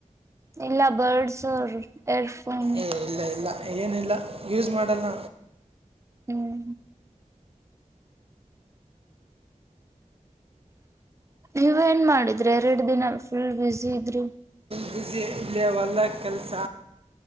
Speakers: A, on the right; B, on the right.
A: ಎಲ್ಲ ಬರ್ಡ್ಸ್ ಏರ್ಫೋನ್
B: ಏ ಇಲ್ಲ ಇಲ್ಲ ಏನಿಲ್ಲ ಯೂಸ್ ಮಾಡಲ್ಲ
A: ಹ್ಮ್್ಮ ನೀವ ಏನ್ ಮಾಡಿದ್ರಿ ಎರಡು ದಿನ ಫುಲ್ ಬಿಸಿಿ ಇದ್ರಿ
B: ಬಿಸಿಿ ಇಲ್ಲಿವಲ್ಲ ಕೆಲಸ